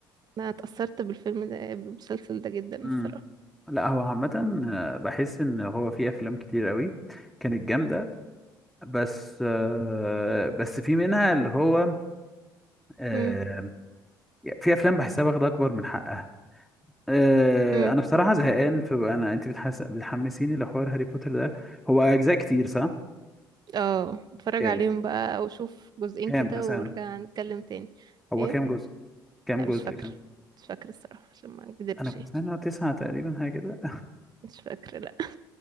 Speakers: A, on the right (about 35°); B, in the centre.
A: انا اتأثرت بالفيلم ده بالمسلسل ده جدا
B: امم
A: الصراحة
B: لا هو عامة آه، بحس ان هو في افلام كتير قوي كانت جامدة بس آه، بس في منها اللي هو آه،
A: امم
B: في افلام بحسها واخده اكبر من حقها أه
A: امم
B: انا مم. بصراحه زهقان في انا انت بتحس... بتحمسيني لحوار هاري بوتر ده هو اجزاء كتير صح
A: اه اتفرج
B: كام
A: عليهم بقى او شوف جزئين
B: كام
A: كده
B: مثلا
A: ونرجع نتكلم تاني
B: هو
A: ايه
B: كام جزء كام
A: لا
B: جزء
A: مش فاكرة
B: كام
A: مش فاكرة الصراحة عشان ما اكذبش
B: انا كنت سامع إن هو تسعة تقريبا حاجه كده
A: مش فاكرة لا